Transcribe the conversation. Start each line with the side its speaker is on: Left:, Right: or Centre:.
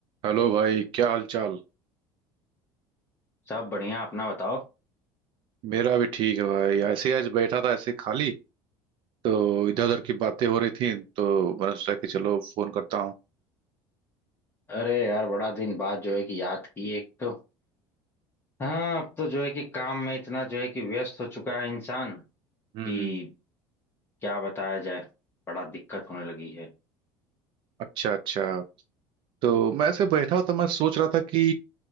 Right: Hello भाई क्या हाल चाल
Left: सब बढ़िया अपना बताओ
Right: मेरा भी ठीक है भाई ऐसे ही आज बैठा था ऐसे खाली तो इधर उधर की बातें हो रही थी तो मैंने सोचा कि चलो फोन करता हूँ
Left: अरे यार बड़ा दिन बाद जो है कि याद की एक तो हाँ अब तो जो है कि काम में इतना जो है कि व्यस्त हो चुका है इंसान कि
Right: हम्म हम्म,
Left: क्या बताया जाए बड़ा दिक्कत होने लगी है
Right: अच्छा अच्छा तो मैं ऐसे बैठा हुआ था मैं सोच रहा था कि